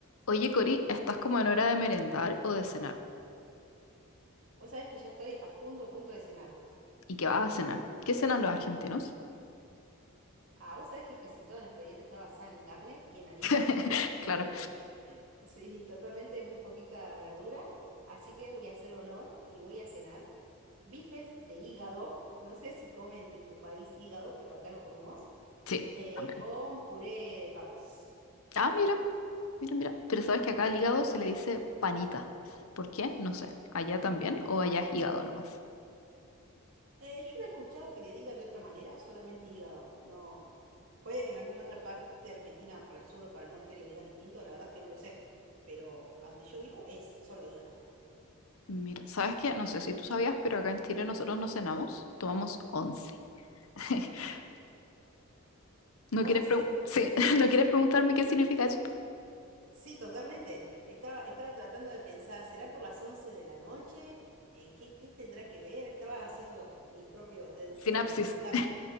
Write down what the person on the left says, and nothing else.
Oye, Cori, estás como en hora de merendar o de cenar.
¿Y qué vas a cenar? ¿Qué cenan los argentinos?
<laughs> Claro,
sí,
también.
Ah, mira, mira, mira. Pero sabes que acá al hígado se le dice panita. ¿Por qué? No sé. ¿Allá también o allá es hígado nomás?
Mira, sabes que no sé si tú sabías, pero acá en Chile nosotros no cenamos, tomamos once. <laughs> ¿No
quieres pregun- sí, <laughs> ¿no quieres preguntarme qué significa eso?
Sinapsis.